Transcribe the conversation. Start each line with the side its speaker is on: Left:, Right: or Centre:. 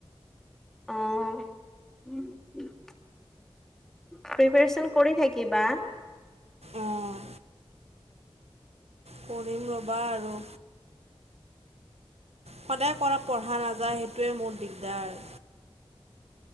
Centre: অঁ। প্ৰিপেৰেচন কৰি থাকিবা।
Right: অঁ কৰিম ৰবা আৰু। সদায় কৰা পঢ়া নাযায় সেইটোৱে মোৰ দিগদাৰ।